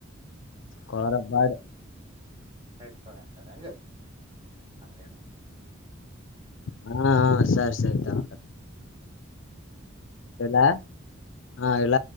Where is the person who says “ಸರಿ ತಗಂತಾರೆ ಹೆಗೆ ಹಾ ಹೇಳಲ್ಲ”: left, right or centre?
Right